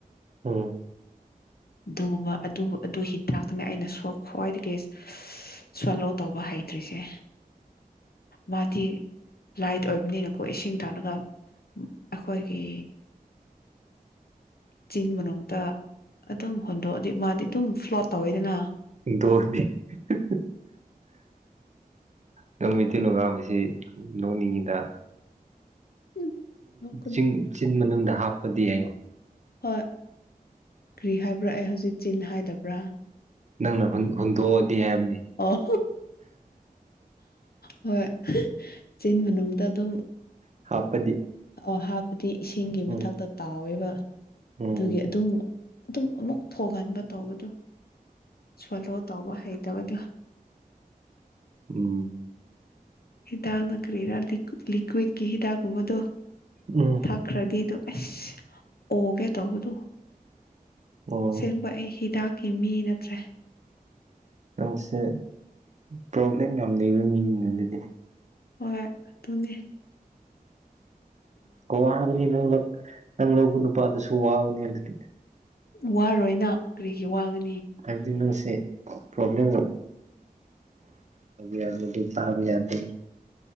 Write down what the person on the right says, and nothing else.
ꯑꯣ
ꯗꯣꯅꯤ <unintelligible> ꯅꯪ ꯃꯤꯇꯩꯂꯣꯟ ꯉꯥꯡꯕꯁꯤ ꯅꯣꯛꯅꯤꯡꯉꯤꯗ
ꯆꯤꯡ ꯆꯤꯟ ꯃꯅꯨꯡꯗ ꯍꯥꯞꯄꯗꯤ ꯍꯥꯏꯏꯌꯣ
ꯅꯪꯅ ꯍꯨꯟꯗꯣꯛꯑꯗꯤ ꯍꯥꯏꯕꯅꯤ
ꯍꯥꯞꯄꯗꯤ
ꯎꯝ
ꯎꯝ
ꯔꯟ <unintelligible>
ꯎꯝ
ꯑꯣ
ꯅꯪꯁꯦ ꯄ꯭ꯔꯣꯕ꯭ꯂꯦꯝ ꯌꯥꯝ ꯂꯩꯕ ꯃꯤꯅꯤꯅ ꯑꯗꯨꯗꯤ
ꯋꯥꯕꯅꯤ ꯅ ꯅꯪ ꯂꯧꯕ ꯅꯨꯄꯥꯗꯨꯁꯨ ꯋꯥꯕꯅꯤ ꯑꯗꯨꯗꯤ
ꯍꯥꯏꯕꯗꯤ ꯅꯪꯁꯦ ꯄ꯭ꯔꯣꯕ꯭ꯂꯦꯝ ꯌꯥꯗꯦ ꯑꯗꯨꯇꯍꯕꯤ ꯌꯥꯗꯦ